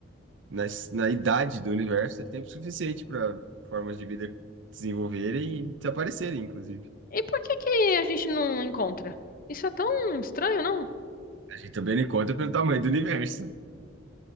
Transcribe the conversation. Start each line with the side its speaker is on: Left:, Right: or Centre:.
Right: na, es- na idade do universo, é tempo suficiente para formas de vida desenvolverem e desaparecerem, inclusive.
Left: E por que que a gente não encontra? Isso é tão estranho, não?
Right: A gente também não conta pelo tamanho do universo.